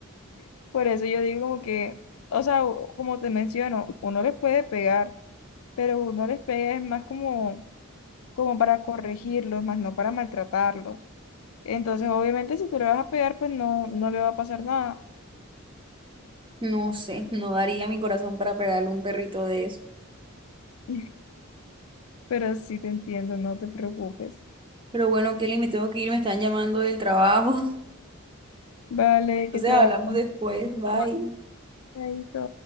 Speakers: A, on the left; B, on the right.
A: <laughs> por eso yo digo como que, o sea, u- como te menciono, uno les puede pegar, pero uno les pega es más como, como para corregirlos, más no para maltratarlos. Entonces, obviamente, si tú le vas a pegar, pues no, no le va a pasar nada.
B: No sé, no daría mi corazón para pegarle a un perrito de eso.
A: <laughs> Pero sí te entiendo, no te preocupes.
B: Pero bueno, Kelly, me tengo que ir, me están llamando del trabajo. <laughs>
A: Vale,
B: Entonces
A: que te
B: hablamos
A: vaya
B: después, bye.
A: va a